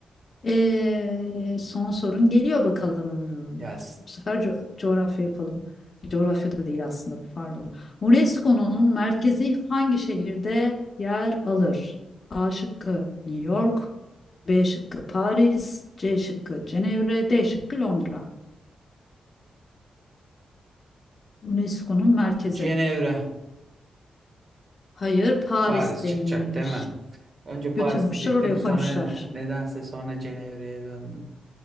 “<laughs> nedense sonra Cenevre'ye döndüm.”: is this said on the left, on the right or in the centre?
Right